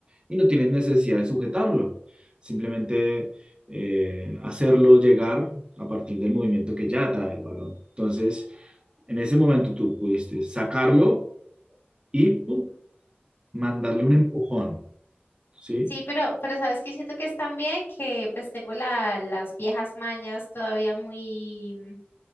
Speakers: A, on the right; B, on the left.
A: y no tienes necesidad de sujetarlo. Simplemente eh, hacerlo llegar a partir del movimiento que ya trae el balón. Entonces, en ese momento tú pudiste sacarlo y pum, mandarle un empujón, ¿sí?
B: Sí, pero, pero sabes que siento que es también que pues tengo la, las viejas mañas todavía muy,